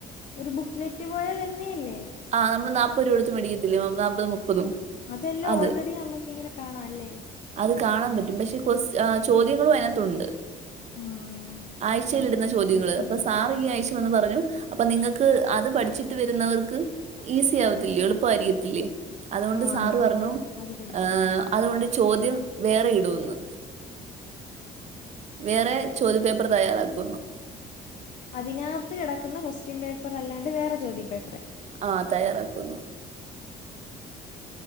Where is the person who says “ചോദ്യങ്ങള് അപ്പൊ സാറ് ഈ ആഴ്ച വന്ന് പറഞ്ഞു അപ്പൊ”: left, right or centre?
Right